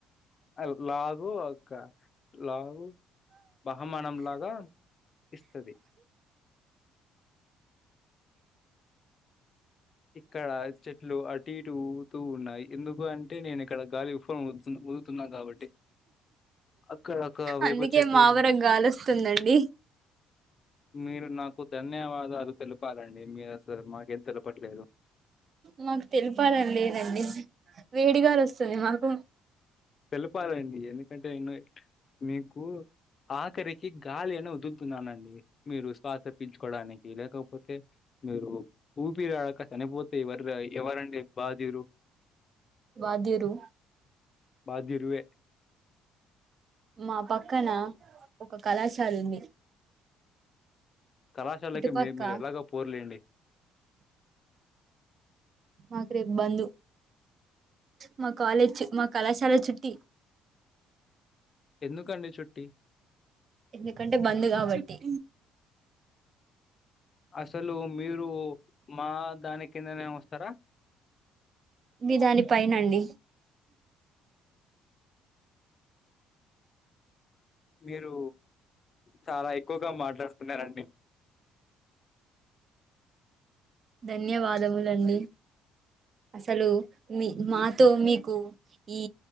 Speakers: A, on the left (about 45°); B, on the right (about 50°).
A: అ లాగుూ ఆగ్ ఇగ లాగు బహుమానం లాగా ఇస్తది ఇక్కడ చెట్లు అటు ఇటుతూ ఉన్నాయి ఎందుకు అంటే నేను ఇక్కడ గాలి ఉఫనీ ఊదుతున్న ఉ తున్నా కాబట్టి అక్కడ ఒక వేప
B: అందుకే
A: చెట్టు
B: మావరకు
A: ఉంది.
B: గాలిొస్తుందండి
A: మీరు నాకు ధన్యవాదాలు తెలపాలండి మీరు అసలు మాకేం తెలప్ పట్లేదు
B: మాకు తెలిపాలని లేదండి వేడిగాలు వస్తుంది మాకు
A: తెలపాలండి ఎందుకంటే న మీకు ఆఖరికి గాలి అనా ఓదు తున్నానండి మీరు శ్వాస పిల్చుకోవడానికి లేక పోతే మీరు ఊపిరా ఆడక చనిపోతే ఎవరుది ఎవరండి బాదిలు
B: వాద్యురు
A: బాధ్యురుయే
B: మా పక్కన ఒక కళాశాల ఉంది
A: కళాశాలకి
B: ఇటుపక్క
A: మీ మీరు ఎలాగో పోర్లేండి
B: మాక రేపు బందు మా కాలేజ్ మా కళాశాల చుట్టి
A: ఎందుకండి చుట్టి
B: ఎందుకంటే బంద్ కాబట్టి
A: అసలు మీరు మా దాని కిందనే వస్తారా
B: మీదాని పైనండి
A: మీరు చాలా ఎక్కువగా మాట్లాడుతున్నారండి
B: ధన్యవాదములండి అసలు మీ మాతో మీకు ఈ